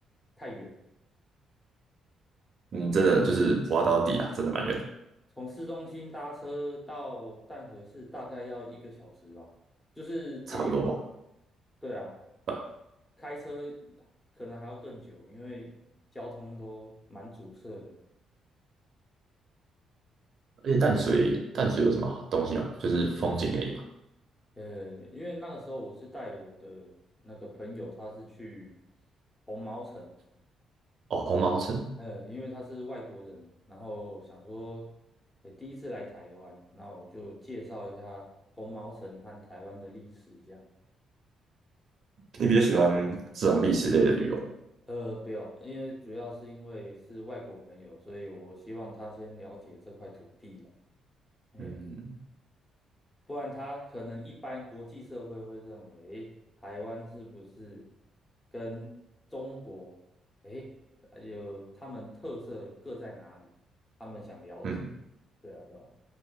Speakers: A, on the left; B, on the right.
A: 太远了，
B: 嗯，真的就是挖到底啊，真的蛮远的。
A: 从市中心搭车到淡水市大概要一个小时吧，就是捷运。
B: 差不多吧。
A: 对啊，
B: 呃
A: 开车可能还要更久，因为交通都蛮阻塞的。
B: 而且淡水淡水有什么好东西吗？就是风景而已吧。
A: 呃，因为那个时候我是带我的那个朋友，他是去红毛城，
B: 哦，红毛城，
A: 呃，因为他是外国人，然后想说，呃，第一次来台湾，那我就介绍一下红毛城和台湾的历史，这样。
B: 你比较喜欢这种历史类的旅游吗
A: 呃，不要，因为主要是因为是外国朋友，所以我希望他先了解这块土地啦。哎，
B: 嗯
A: 不然他可能一般国际社会会认为，哎，台湾是不是跟中国，哎，有他们特色各在哪里？他们想了解，
B: 嗯，
A: 对啊，对啊。